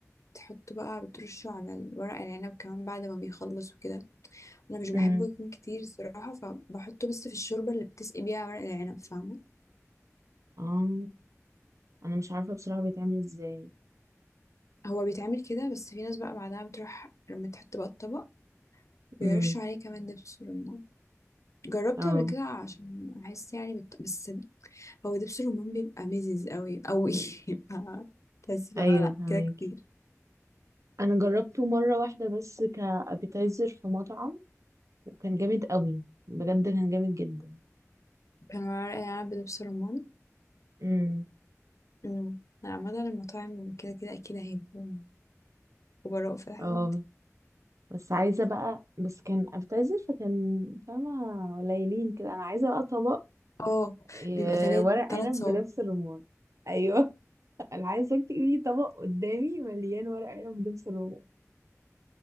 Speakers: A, on the left (about 65°); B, on the right (about 70°).
A: بتحط بقى بترشه على الورق العنب كمان بعد ما بيخلص وكده انا مش بحبه
B: امم
A: يكون كتير الصراحة فبحطه بس في الشوربة اللي بتسقي بيها ورق العنب فاهمة
B: اه انا مش عارفة بصراحة بيتعمل ازاي
A: هو بيتعمل كده بس في ناس بقى بعدها بتروح لما تحط بقى الطبق بيرشوا
B: امم
A: عليه كمان دبس رمان جربته
B: اه
A: قبل كده عشان احس يعني بت... بس هو دبس الرمان بيبقى مزز قوي قوي <laughs> ف- بس لا
B: ايوه
A: لا
B: فهماكي
A: كده كتير
B: انا جربته مرة واحدة بس كابيتايزر في مطعم وكان جامد قوي بجد كان جامد جدا
A: كان ورق العنب بدبس رمان
B: امم
A: امم عامة المطاعم كده كده أكيد هيبقوا خبراء في الحاجات
B: اه
A: دي
B: بس عايزة بقى بس كان أبتذل فكان فاهمة قليلين كده أنا عايزة بقى طبق
A: اه
B: آه،
A: بيبقى تلات
B: ورق
A: تلات
B: عنب
A: صوابع
B: بنفس الرمان أيوه <laughs> أنا عايزة تجيبي طبق قدامي مليان ورق عنب بنفس الرمان